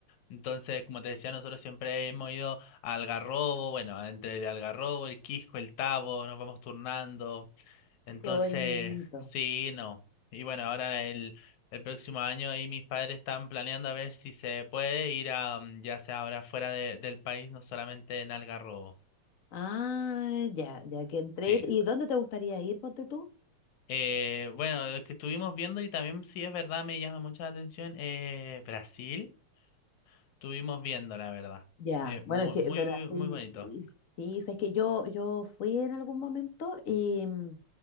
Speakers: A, on the left (about 80°); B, on the left (about 60°).
A: Entonces, como te decía, nosotros siempre hemos ido a Algarrobo, bueno, entre el Algarrobo, el Quisco, el Tabo, nos vamos turnando. Entonces,
B: Qué bonito.
A: sí, no. Y bueno, ahora el, el próximo año ahí mis padres están planeando a ver si se puede ir a, mm, ya sea ahora fuera de- del país, no solamente en Algarrobo.
B: Ah, ya, ya que entré.
A: Sí.
B: ¿Y dónde te gustaría ir, ponte tú?
A: Eh, bueno, lo que estuvimos viendo y también sí es verdad, me llama mucho la atención, eh, Brasil, estuvimos viendo, la verdad.
B: Ya,
A: Eh, mu-
B: bueno, es que
A: muy,
B: Brasil,
A: muy, bonito.
B: sí. Sí, es que yo, yo fui en algún momento y, mm,